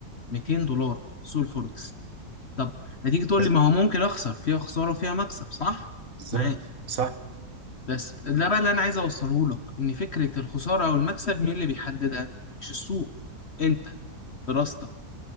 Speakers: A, on the left (about 45°); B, on the right (about 55°).
A: ميتين دولار سوق الفوركس طب هتيجي تقول
B: بس
A: لي ما هو ممكن أخسر فيها خسارة وفيها مكسب صح؟
B: بالظبط
A: معاك
B: صح
A: بس ده بقى اللي أنا عايز أوصله لك إن فكرة الخسارة أو المكسب مين اللي بيحددها؟ مش السوق أنت دراستك